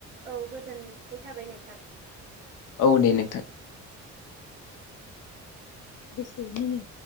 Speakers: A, on the right; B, on the left.
A: औ गोजोन नाय थाबाय नोंथां।
B: औ दे नोंथां। बेसे मिनिं